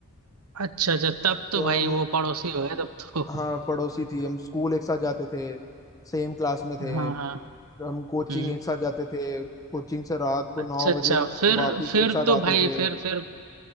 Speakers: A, on the right; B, on the left.
A: अच्छा अच्छा तब तो
B: तो हम
A: भाई वो पड़ोसी हो गए तब तो
B: हाँ पड़ोसी थी हम स्कूल एक साथ जाते थे सेम क्लास में थे
A: हाँ हाँ
B: हम कोचिंग
A: हम्म
B: एक साथ जाते थे कोचिंग से रात को
A: अच्छा
B: नौ
A: अच्छा
B: बजे
A: फिर
B: हम वापस
A: फिर
B: एक साथ
A: तो
B: आते
A: भाई
B: थे
A: फिर फिर